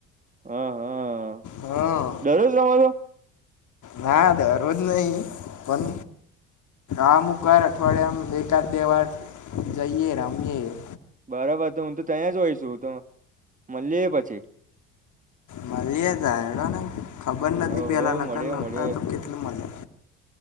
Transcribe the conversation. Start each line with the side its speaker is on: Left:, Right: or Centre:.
Right: હા હા
Left: હા
Right: દરરોજ રમા છો?
Left: ના દરરોજ નહી પન આમુકર અઠવાડિયામાં એકાદ દેવાર જઈયએ રમીએે.
Right: બરાબર તો હું તો ત્યાં જ હોઈ છું, તો મળલી એ પછી.
Left: મલીરીએ તા હેડોને. ખબર નથી
Right: ઓહો
Left: પેલા નકર
Right: મળીએ
Left: નહોતા
Right: મળીએ
Left: તો કેટલી મજા